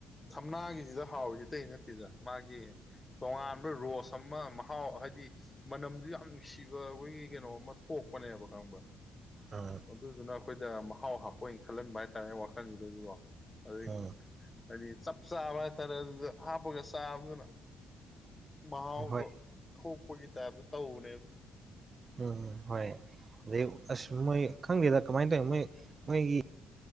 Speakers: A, on the left; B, on the right.
A: ꯊꯝꯅꯥꯒꯤꯁꯤꯗ ꯍꯥꯎꯔꯤꯁ ꯑꯇꯩ ꯅꯠꯇꯦꯗ ꯃꯥꯒꯤ ꯇꯣꯉꯥꯟꯕ ꯔꯣꯁ ꯑꯃ ꯃꯍꯥꯎ ꯍꯥꯏꯗꯤ ꯃꯅꯝꯁꯨ ꯌꯥꯝ ꯅꯨꯡꯁꯤꯕ ꯑꯩꯈꯣꯏꯒꯤ ꯀꯩꯅꯣ ꯑꯃ ꯊꯣꯛꯄꯅꯦꯕ ꯈꯪꯕ꯭ꯔꯥ
B: ꯎꯝ
A: ꯑꯗꯨꯗꯨꯅ ꯑꯩꯈꯣꯏꯗ ꯃꯍꯥꯎ ꯍꯥꯞꯄ ꯑꯣꯏꯅ ꯈꯜꯍꯟꯕ ꯍꯥꯏꯇꯥꯔꯦ ꯋꯥꯈꯜꯁꯤꯗꯗꯤꯀꯣ ꯑꯩ
B: ꯎꯝ
A: ꯍꯥꯏꯗꯤ ꯆꯞ ꯆꯥꯕ ꯍꯥꯏꯇꯥꯔꯦ ꯑꯗꯨꯗ ꯍꯥꯞꯄꯒ ꯆꯥꯕꯗꯨꯅ ꯃꯍꯥꯎꯗꯣ
B: ꯍꯣꯏ
A: ꯊꯣꯛꯄꯒꯤ ꯇꯥꯏꯞꯇ ꯇꯧꯕꯅꯦꯕ
B: ꯎꯝ ꯍꯣꯏ ꯑꯗꯩ ꯑꯁ ꯃꯣꯏ ꯈꯪꯗꯦꯗ ꯀꯃꯥꯏꯅ ꯇꯧꯋ ꯃꯣꯏ ꯃꯣꯏꯒꯤ